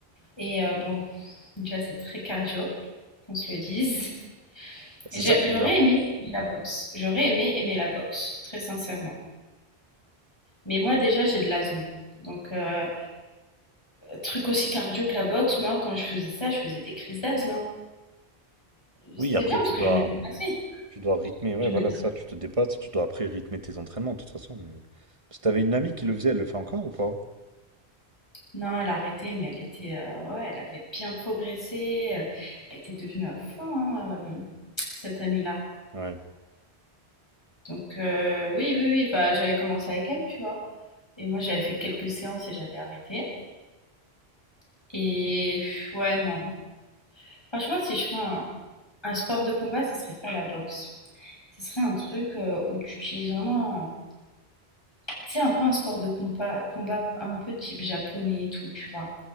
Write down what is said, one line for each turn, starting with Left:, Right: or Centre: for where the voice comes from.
Left: et euh, bon, déjà, c'est très cardio, qu'on se le dise.
Right: Bah,
Left: J'ai-
Right: C'est ça qui
Left: J'aurais
Right: est bien.
Left: aimé aimer la boxe. J'aurais aimé aimer la boxe, très sincèrement. Mais moi, déjà, j'ai de l'asthme. Donc, euh, truc aussi cardio que la boxe, moi, quand je faisais ça, je faisais des crises d'asthme. hein. C'était
Right: Oui, après,
Left: bien parce
Right: tu
Left: que
Right: dois,
Left: je me dépassais.
Right: tu dois rythmer. Ouais,
Left: Je me...
Right: voilà, ça, tu te dépasses. Tu dois après rythmer tes entraînements, de toute façon. Mais... Parce que t'avais une amie qui le faisait, elle le fait encore ou pas?
Left: Non, elle a arrêté, mais elle était, euh, ouais, elle avait bien progressé. euh, Elle était devenue à fond, hein, euh, cette amie-là.
Right: Ouais.
Left: Donc, euh, oui, oui, oui. Enfin, j'avais commencé avec elle, tu vois. Et moi, j'avais fait quelques séances et j'avais arrêté. Et pff, ouais, non. Franchement, si je ferais un, un sport de combat, ça serait pas la boxe. Ce serait un truc euh, où tu utilises vraiment. Tu sais, un peu un sport de compa- combat, un peu type japonais et tout, tu vois.